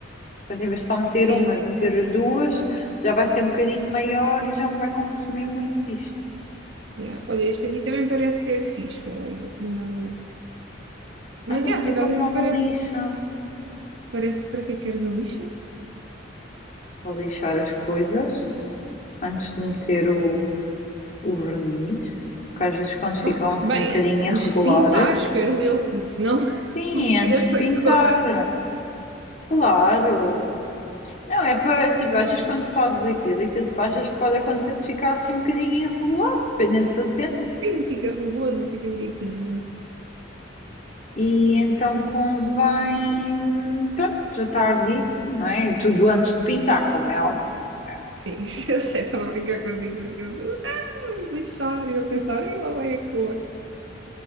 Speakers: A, on the left; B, on the right.
A: portanto, em vez de só meter
B: Sim.
A: uma, de meter as duas, já vai ser um bocadinho maior e já me vai consumir muito isto.
B: Yeah. Olha, este aqui também parece ser fixe. Espera aí, vou-te mandar o Mas,
A: Ah, também
B: yeah,
A: tenho
B: por acaso,
A: que comprar
B: esse
A: uma
B: parece.
A: lixa.
B: Parece para que é que queres a lixa?
A: para lixar as coisas antes de meter o, o verniz, porque às vezes quando ficam
B: Ah,
A: assim
B: bem,
A: um bocadinho
B: a- antes
A: irregulares,
B: de pintar, espero eu, porque senão <laughs>
A: sim,
B: tiras
A: é antes de pintar,
B: a cor.
A: claro. Não, é para, tipo, às vezes quando fazes aquilo, aquilo às vezes pode acontecer de ficar assim um bocadinho irregular, dependendo da cena.
B: Sim, fica rugoso, não fica direitinho.
A: E então convém, pronto, tratar disso, não é? Tudo antes de pintar, como é óbvio. como é
B: Sim, <laughs> eu sei, estava a brincar contigo porque eu estava a lixar e eu a pensar, e lá vai a cor.